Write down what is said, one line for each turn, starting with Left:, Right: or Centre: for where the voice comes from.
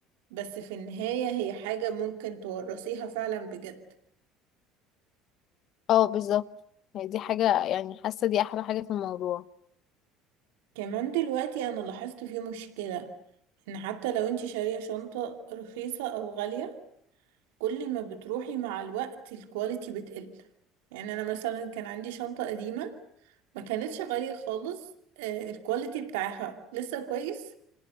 Right: بس في النهاية هي حاجة ممكن تورثيها فعلا بجد
Left: اه بالظبط هي دي حاجه يعني حاسه دي احلى حاجه في الموضوع
Right: كمان دلوقتي انا لاحظت فيه مشكلة ان حتى لو انت شارية شنطة رخيصة او غالية كل ما بتروحي مع الوقت الكواليتي بتقل يعني انا مثلا كان عندي شنطة قديمة ما كانتش غالية خالص آه، الكواليتي بتاعها لسه كويس